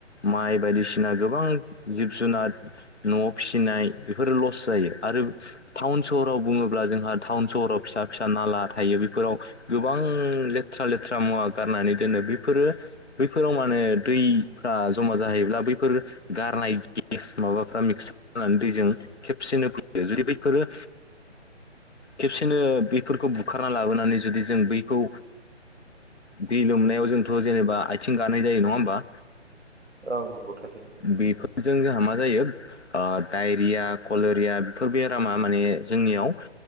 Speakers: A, on the left; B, on the right.
A: माइ बायदिसिना गोबां जिब जुनार न'आव फिसिनाय बेफोर लस फस जायो आरो टाउन सहराव बुङोब्ला जोंहा टाउन सहराव फिसा फिसा नाला थायो बेफोराव गोबां लेथ्रा लेथ्रा मुवा गारनानै दोनो बेफोरो बैफोराव माने दैफ्रा जमा जाहैब्ला बैफोर गारनाय गेस माबाफ्रा मिक्सार खालामनानै दैजों खेबसेनो फैयो जुदि बैफोरो खेबसेनो बेफोरखौ बुखारना लाबोनानै जुदि जों बैखौ दै लोमनायाव जोंथ' जेनेबा आथिं गानाय जायो नङा होमबा
B: ओं गथनो <unintelligible>
A: बेफोरजों जोंहा मा जायो डायरिया, कलेरिया बेफोर बेरामा माने जोंनियाव